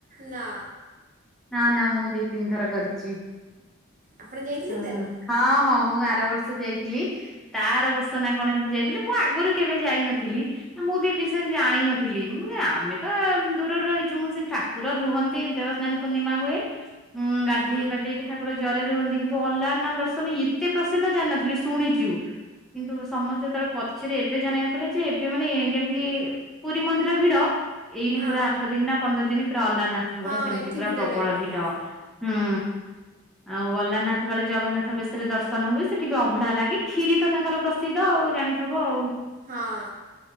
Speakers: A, on the right; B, in the centre.
A: ନା
B: ନା ନା ମୁଁ ଦି ତିନି ଥର କରିଛି
A: ଆପଣ ଯାଇଥିଲେ
B: ହଁ
A: କି ତାହାଲେ
B: ହଁ ହଁ ମୁଁ ଆର ବର୍ଷ ଯାଇଥିଲି ତା ଆର ବର୍ଷ ନା କଣ ଏମିତି ଯାଇଥିଲି ମୁଁ ଆଗରୁ କେବେ ଯାଇ ନଥିଲି ନା ମୁଁ ବି ବିଷୟରେ ଜାଣିିନଥିଲି ଆମେ ତ ଦୂରରୁ ରହିଛୁ ମୁଁ ସେ ଠାକୁର ରୁହନ୍ତି ଦେବସ୍ନାନ ପୂର୍ଣ୍ଣିମା ହୁଏ ହୁଁ ଗାଧେଇ
A: ହଁ
B: ପାଧେଇକି ଠାକୁର ଜ୍ୱରରେ ରୁହନ୍ତି କିନ୍ତୁ ଅଲାରନାଥ ଦର୍ଶନ ଏତେ ପ୍ରସିଦ୍ଧ ଜାଣି ନଥିଲି ଶୁଣିଛୁ କିନ୍ତୁ ସମସ୍ତେ ଯେତେବେଳେ ପଛରେ ଏବେ ଯାଣିବାକୁ ପାଇଲେ ଯେ ଏବେ ମାନେ ଯେମିତି ପୁରୀ ମନ୍ଦିର ଭିଡ଼ ଏଇନି
A: ହଁ
B: ପୁରା ଆଠ ଦିନ ନା ପନ୍ଦର ଦିନ ପୁରା ଅଲାରନାଥଙ୍କର
A: ହଁ
B: ସେମିତି
A: ଏଠି
B: ପୁରା
A: ଭିଡ଼
B: ପ୍ରବଳ
A: ରହିବା
B: ଭିଡ
A: ହଁ
B: ହୁଁ ଆଉ ଅଲା ଜଗନ୍ନାଥ କାଳେ ଜଗନ୍ନାଥ ବେଶରେ ଦର୍ଶନ ହୁଏ ସେଠିଭି ଅଭଡା ଲାଗି କ୍ଷୀରି ତ ତାଙ୍କର ପ୍ରସିଦ୍ଧ ଆଉ ଜାଣିଥିବ ଆଉ
A: ହଁ